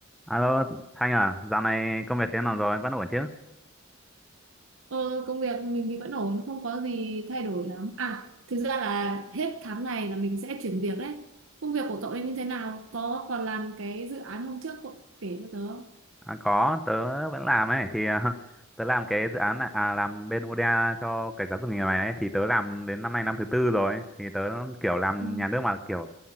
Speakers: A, in the centre; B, on the right.
A: Alo Thanh à, dạo này công việc thế nào rồi, vẫn ổn chứ?
B: Ờ, công việc mình thì vẫn ổn, không có gì thay đổi lắm. À, thực ra là hết tháng này là mình sẽ chuyển việc đấy. Công việc của cậu ấy như thế nào? Có còn làm cái dự án hôm trước cậu kể cho tớ không?
A: À, có, tớ vẫn làm ấy, thì à, <laughs> tớ làm cái dự án này, à, làm bên ODA cho cái giáo dục nghề này ấy, thì tớ làm đến năm nay năm thứ tư rồi, thì tớ kiểu làm
B: Ừ,
A: nhà nước mà kiểu